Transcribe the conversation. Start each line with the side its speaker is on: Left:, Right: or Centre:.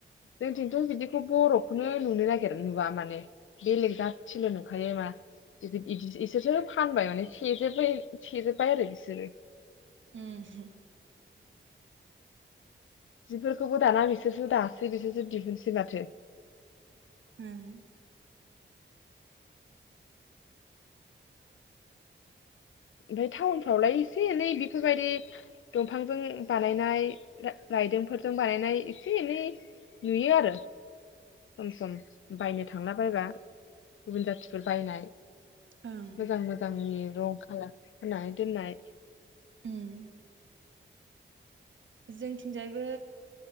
Left: जोंथिथ बिदिखौ बरखौनो नुनो नागिर नुवा माने बेलेग जाथिल नुखायो मा बिसोरसोर फानबाय माने सेजोबबाय सेजोब्बाय आरो बिसोरो
Right: उम
Left: जिफोरखौबो दाना बिसोरसो दासै बिसोरसो दिहुनसै माथो
Right: होम
Left: ओमफफ्राय टाउनफ्रावलाय एसे एनै बेफोरबायदि दंफांजों बानायनाय रायदोंफोरजों बानायनाय एसे एनै नुयो आरो सम सम बायनो थांला बायबाय गुबुन जाथिफोर बायनाय
Right: ओं
Left: मोजां मोजांनि रं खालार फुनानै दोननाय
Right: उम जोंथिं थिंजायबो